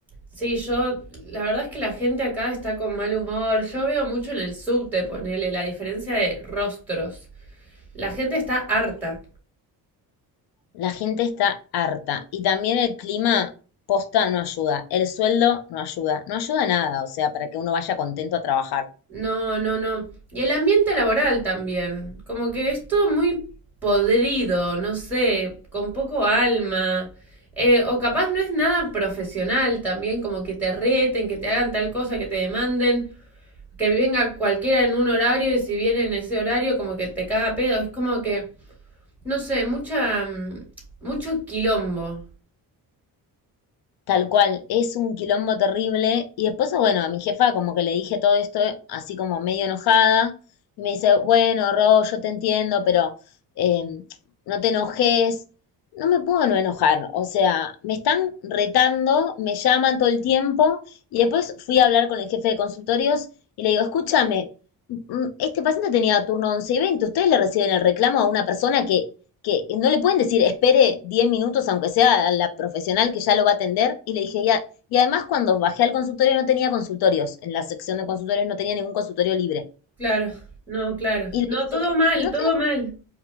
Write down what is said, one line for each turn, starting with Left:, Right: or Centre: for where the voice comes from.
Centre: sí, yo, la verdad es que la gente acá está con mal humor. Yo veo mucho en el subte, ponele, la diferencia de rostros. La gente está harta.
Left: la gente está harta. Y también el clima posta no ayuda, el sueldo no ayuda, no ayuda nada, o sea, para que uno vaya contento a trabajar.
Centre: No, no, no. Y el ambiente laboral también. Como que es todo muy podrido, no sé, con poco alma. Eh, o capaz no es nada profesional también, como que te reten, que te hagan tal cosa, que te demanden. que venga cualquiera en un horario y si viene en ese horario como que te caga pedo. Es como que, no sé, mucha, mm, mucho quilombo.
Left: Tal cual, es un quilombo terrible. Y después, bueno, a mi jefa como que le dije todo esto así como medio enojada. Y me dice, bueno, Ro, yo te entiendo, pero eh, no te enojes. No me puedo no enojar. O sea, me están retando, me llaman todo el tiempo. Y después fui a hablar con el jefe de consultorios y le digo, escúchame, mm, este paciente tenía turno 11 y veinte Ustedes le reciben el reclamo a una persona que que no le pueden decir, espere 10 minutos, aunque sea a la profesional que ya lo va a atender. Y le dije, ya. Y además, cuando bajé al consultorio, no tenía consultorios. En la sección de consultorios no tenía ningún consultorio libre.
Centre: Claro, no, claro.
Left: Y le
Centre: No,
Left: dije,
Centre: todo mal,
Left: no,
Centre: todo
Left: tengo,
Centre: mal.